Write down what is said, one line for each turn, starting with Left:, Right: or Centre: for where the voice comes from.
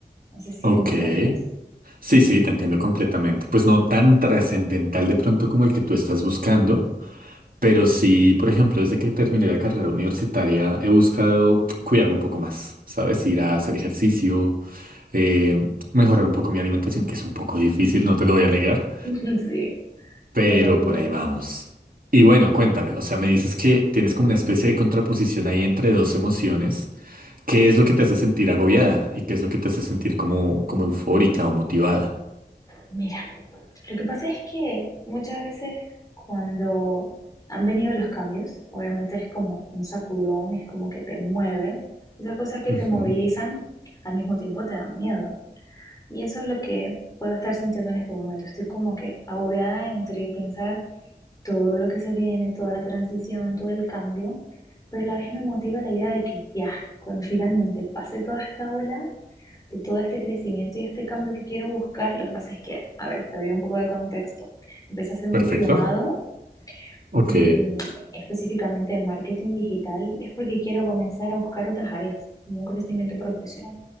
Left: No sé si
Right: Ok.
Left: me entiendes.
Right: Sí, sí, te entiendo completamente. Pues no tan trascendental de pronto como el que tú estás buscando, Pero sí, por ejemplo, desde que terminé la carrera universitaria he buscado cuidarme un poco más, ¿sabes? Ir a hacer ejercicio, eh, mejorar un poco mi alimentación, que es un poco difícil, no te lo voy a negar,
Left: <laughs> Sí,
Right: pero
Left: no lo dudo.
Right: por ahí vamos. Y bueno, cuéntame, o sea, me dices que tienes como una especie de contraposición ahí entre dos emociones. ¿Qué es lo que te hace sentir agobiada y qué es lo que te hace sentir como, como eufórica o motivada?
Left: Mira, lo que pasa es que muchas veces cuando han venido los cambios, obviamente es como un sacudón, es como que te mueve. Esas cosas que
Right: Ujú,
Left: te movilizan al mismo tiempo te dan miedo. Y eso es lo que puedo estar sintiendo en este momento. Estoy como que agobiada entre pensar todo lo que se viene, toda la transición, todo el cambio, pero a la vez me motiva la idea de que ya, cuando finalmente pase toda esta ola, de todo este crecimiento y este cambio que quiero buscar, lo que pasa es que, a ver, te doy un poco de contexto. Empecé a hacer un
Right: Perfecto.
Left: diplomado
Right: Ok.
Left: mm, específicamente en marketing digital, es porque quiero comenzar a buscar otras áreas, como un crecimiento profesional.